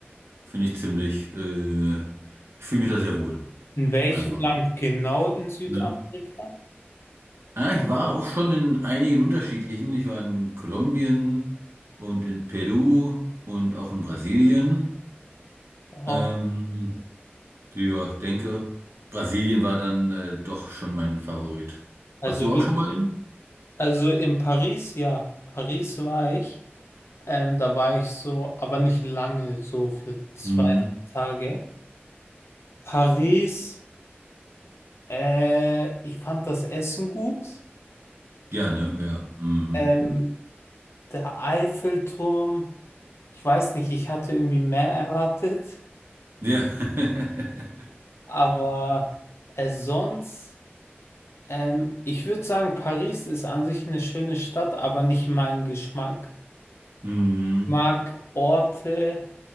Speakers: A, on the right; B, on the left.
A: Finde ich ziemlich, äh, ich fühle mich da sehr wohl,
B: In welchem
A: einfach.
B: Land genau in Südamerika?
A: Ne? Ja, ich war auch schon in einigen unterschiedlichen. Ich war in Kolumbien und in Peru und auch in Brasilien.
B: Wow.
A: Ähm, ja, ich denke, Brasilien war dann äh, doch schon mein Favorit.
B: Also
A: Warst du
B: wirklich,
A: auch schon mal in?
B: also in Paris, ja. Paris war ich. Ähm, da war ich so, aber nicht lange, so für zwei,
A: Mhm.
B: drei Tage. Paris, äh, ich fand das Essen gut.
A: Ja, ne? Ja. Mhm.
B: Ähm, der Eiffelturm. Ich weiß nicht, ich hatte irgendwie mehr erwartet,
A: Ja. <laughs>
B: aber äh, sonst, ähm, ich würde sagen, Paris ist an sich eine schöne Stadt, aber nicht mein Geschmack.
A: Mhm.
B: Ich mag Orte,